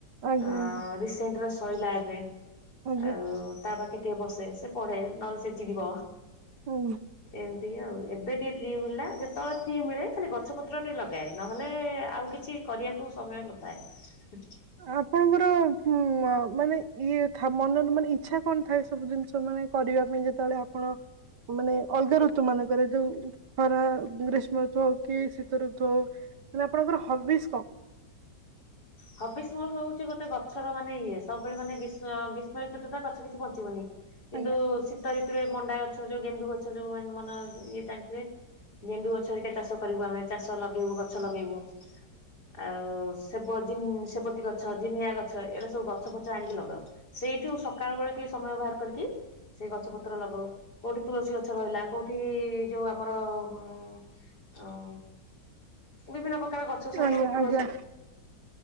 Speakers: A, on the right; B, on the left.
A: ଆଜ୍ଞା
B: ଅ
A: ଆଜ୍ଞା
B: ରସେଣ୍ଟର ସରିଲା ଏବେ
A: ଆଜ୍ଞା
B: ଆଉ ତା ପାଖେ ଟିକେ ବସେ ସେ ପଢ଼େ ନହେଲେ ସେ ଚିଡିବ
A: ଆଜ୍ଞା।
B: ଏମିତି ଆଉ ଏବେ ଟିକେ ଫ୍ରି ମିଳିଲା ଯେତେବେଳେ ଫ୍ରି ମିଳେ ଖାଲି ଗଛ ପତ୍ର ଟିକେ ଲଗାଏ ନହେଲେ ଆଉ କିଛି କରିବାକୁ ସମୟ ନଥାଏ।
A: ଆପଣଙ୍କର ଉ ମାନେ ଇଏ ମନର ମାନେ ଇଚ୍ଛା କଣ ଥାଏ ସବୁ ଜିନିଷ ମାନେ କରିବା ପାଇଁ ଯେତେବେଳେ ଆପଣ ମାନେ ଅଲଗା ଋତୁ ମାନଙ୍କରେ ଯୋଉ ଖରା ଗ୍ରୀଷ୍ମ ଋତୁ ହଉ କି ଶୀତ ଋତୁ ହଉ ହେଲେ ଆପଣଙ୍କର ହବିଜ କଣ?
B: ହବିଜ ମୋର ହଉଛି ଗୋଟେ ଗଛର ମାନେ ଇଏ ସବୁବେଳେ ମାନେ ଗ୍ରୀଷ୍ମ ଗ୍ରୀଷ୍ମ ଋତୁରେ ତ ଗଛ କିଛି ବଞ୍ଚିବନି। କିନ୍ତୁ
A: ଆଜ୍ଞା
B: ଶୀତ ଋତୁରେ ମଣ୍ଡା ଗଛ ଯୋଉ ଗେଣ୍ଡୁ ଗଛ ଯୋଉ ମ ମାନେ ଇଏ ଜାଣିଥିବେ ଗେଣ୍ଡୁ ଗଛ ସେଇଟା ଚାଷ କରିବୁ ଆମେ ଚାଷ ଲଗେଇବୁ ଗଛ ଲଗେଇବୁ। ଆଉ ସେ ବ ଜି ସେବତୀ ଗଛ ଜିନିଆଁ ଗଛ ଏଇଟା ସବୁ ଗଛ ଫଛ ଆଣିକି ଲଗାଉ। ସେଇଠୁ ସକାଳ ଓଳି ଟିକେ ସମୟ ବାହାର କରିକି ସେଇ ଗଛ ପତ୍ର ଲଗାଉ କୋଉଠି ତୁଳସୀ ଗଛ ରହିଲା କୋଉଠି ଯୋଉ ଆମର ହଁ ଆଉ ବିଭିନ୍ନ ପ୍ରକାର ଗଛ ସବୁ
A: ଆଜ୍ଞା
B: ତୁଳସି
A: ଆଜ୍ଞା